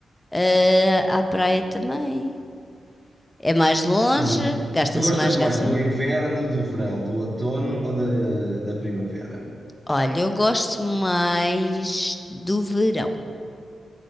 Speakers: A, on the left; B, on the right.
A: eh, à praia também. É mais longe,
B: Sim.
A: gasta-se
B: Tu gostas
A: mais gasol.
B: mais do inverno, do verão, do outono ou da, da primavera?
A: Olha, eu gosto mais do verão.